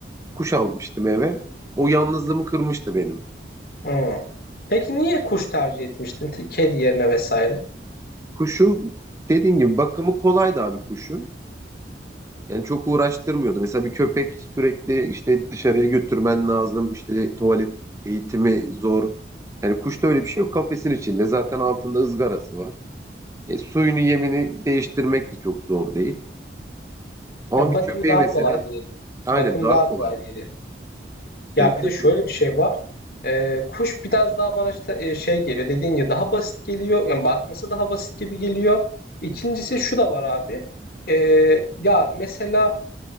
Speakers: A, on the right; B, on the left.
A: kuş almıştım eve. O yalnızlığımı kırmıştı benim.
B: Hı. Peki niye kuş tercih etmiştin? T- Kedi yerine vesaire.
A: Kuşu dediğin gibi bakımı kolaydı abi kuşun. Yani çok uğraştırmıyordu. Mesela bir köpek sürekli işte dışarıya götürmen lazım. İşte tuvalet eğitimi zor. Yani kuşta öyle bir şey yok. Kafesin içinde zaten altında ızgarası var. E, suyunu yemini değiştirmek de çok zor değil. Ama
B: Ya
A: bir
B: bakımı
A: köpeğe
B: daha
A: mesela
B: kolay diye.
A: aynen
B: Bakımı
A: daha
B: daha
A: kolay
B: kolay diye.
A: değil.
B: Ya
A: Yani köpek
B: bir de şöyle bir şey var. Ee, kuş biraz daha bana işte e, şey geliyor. Dediğin gibi daha basit geliyor. Yani bakması daha basit gibi geliyor. İkincisi şu da var abi. Ee, ya mesela